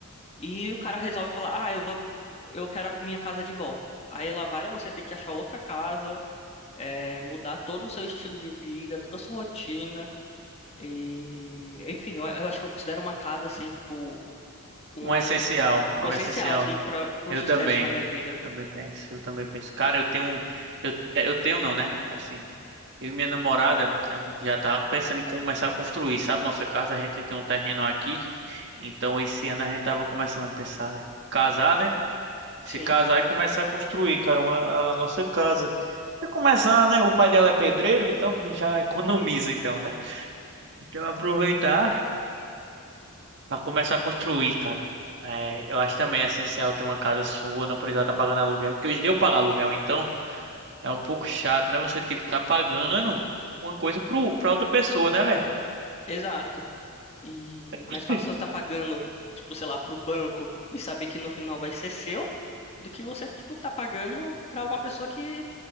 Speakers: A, on the left; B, on the right.
A: e o cara resolve falar, ah, eu vou, eu quero a minha casa de volta. Aí lá vai você ter que achar outra casa, é, mudar todo o seu estilo de vida, toda a sua rotina, e, enfim, eu, eu acho que eu considero uma casa, assim, tipo, um,
B: Um essencial, algo
A: o essencial,
B: essencial.
A: assim, para o
B: Eu
A: sucesso
B: também.
A: na minha vida.
B: Também penso, eu também penso. Cara, eu tenho, um- eu, é, eu tenho não, né? Assim, eu e minha namorada, a gente já tá pensando em começar a construir, sabe? Nossa casa, a gente tem um terreno aqui. Então esse ano a gente tava começando a pensar em casar, né? Se
A: Sim,
B: casar e começar a construir, cara, uma- a nossa casa. E começar, né? O pai dela é pedreiro, então <laughs> já economiza, então, né? Então aproveitar Pra começar a construir, cara. É, eu acho também essencial ter uma casa sua, não precisar estar pagando aluguel. Porque hoje deu pagar aluguel, então é um pouco chato, né? Você, tipo, tá pagando uma coisa pro, pra outra pessoa, né, velho?
A: exato. E
B: <laughs>
A: mais fácil você tá pagando, tipo, sei lá, pro banco e saber que no final vai ser seu, do que você, tipo, tá pagando pra uma pessoa que